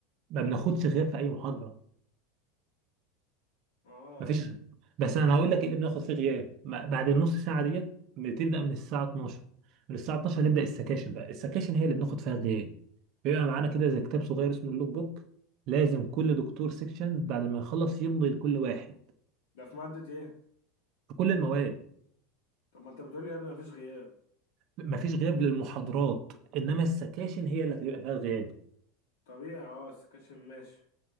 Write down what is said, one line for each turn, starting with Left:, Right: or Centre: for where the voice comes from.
Right: ما بناخدش غياب في اي محاضره
Left: اه
Right: ما فيش بس انا هقول لك ايه اللي بناخد فيه غياب ما- بعد النص ساعه ديت بتبدا من الساعه 12 من الساعه 12 هنبدا السكاشن بقى السكاشن هي اللي بناخد فيها غياب بيبقى معانا كده زي كتاب صغير اسمه اللوك بوك لازم كل دكتور سيكشن بعد ما يخلص يمضي لكل واحد
Left: ده في مادة ايه؟
Right: في كل المواد
Left: طب ما انت بتقولي يا ابني مفيش غياب
Right: مفيش غياب للمحاضرات انما السكاشن هي اللي هتبقى فيها الغياب
Left: طبيعي اه السكاشن ماشي